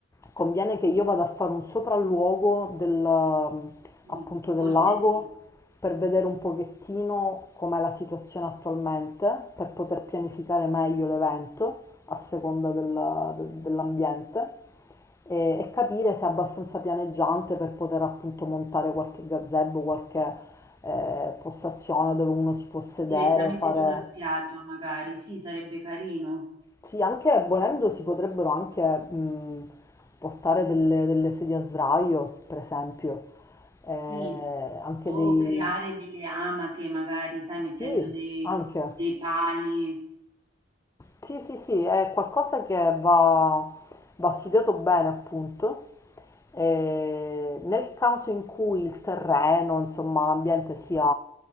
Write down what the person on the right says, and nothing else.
Sì,
forse
sì,
direttamente
sulla spiaggia, magari. Sì, sarebbe carino.
Sì.
O
creare delle amache, magari, sai, mettendo
dei,
dei pali